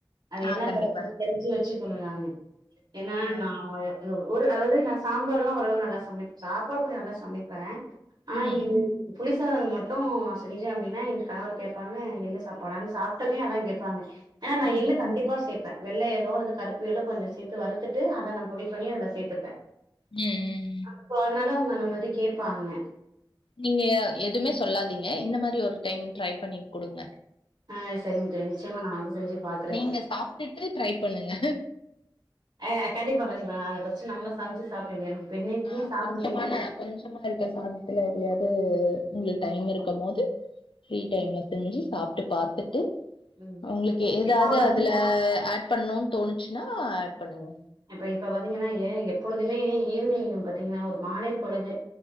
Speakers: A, on the right; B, on the left.
A: அது
B: ஆ
A: என்னா
B: கண்டிப்பா
A: பருப்புனு
B: அனுப்
A: தெரிஞ்சு வெச்சுக்கணு நானு ஏனா
B: ஆ
A: நா ஒரு அதாவது நா சாம்பார் எல்லா ஓரளவு நல்லா சமைப்ப சாப்பாடு கொஞ்சோ நல்லா சமைப்ப ஆனா
B: ம்
A: இது புளிசாதல மட்டு நா விஜயம் அப்டின்னா என் கணவர் கேப்பாங்க எள்ளு சாப்பாடானு சாப்ட்டதையு அதா கேப்பாங்க ஆ நா
B: ம்
A: எள்ளு கண்டிப்பா சேப்ப வெள்ள எல்லோ அல்லது கருப்பு எல்லோ கொஞ்சோ சேத்து வறுத்துட்டு அத நா பொடி பண்ணி அதுல சேத்துப்ப
B: ம் ம்
A: அ சோ அதனால அவுங்க அந்த மாரி கேப்பாங்க
B: நீங்க எதுமே சொல்லாதீங்க இந்த மாரி ஒரு டைம் ட்ரை பண்ணி குடுங்க
A: ஆ சரிங்க தோழி நிச்சயமா நா வந்து செஞ்சு பாக்குறே
B: நீங்க சாப்ட்டுட்டு ட்ரை பண்ணுங்க
A: ஆ கண்டிப்பா கண்டிப்பா நா அத ஃபர்ஸ்ட் நம்ம செஞ்சு சாப்ட்டு இது எனக்கு இப்ப இன்னைக்குமே
B: ஆ
A: சாதம்
B: கொஞ்சமான
A: மீந்து போயிடு
B: கொஞ்சமா இருக்க சாதத்துல எதுலாயாது உங்களுக்கு டைம் இருக்கும்போது ஃப்ரீ டைம்ல செஞ்சு சாப்ட்டு பாத்துட்டு
A: ம்
B: உங்களுக்கு எதாது
A: இப்ப
B: அதுல ஆட் பண்ணுன் தோணுச்சுனா ஆட் பண்ணுங்க
A: இப்ப இப்ப பாத்தீங்கனா ஏ எப்பொழுதுமே ஈவினிங் பாத்தீங்கனா ஒரு மாலை பொழுது